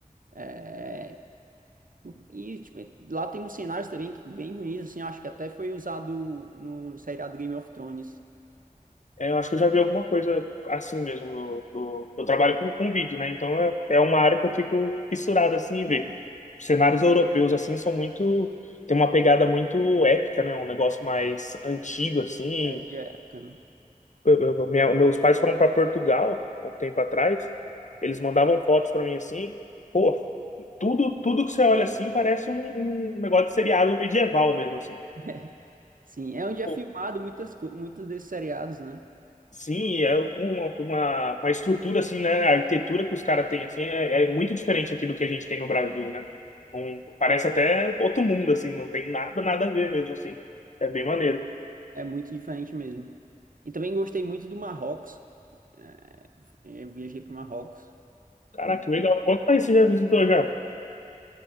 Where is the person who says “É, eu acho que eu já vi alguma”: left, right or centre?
Left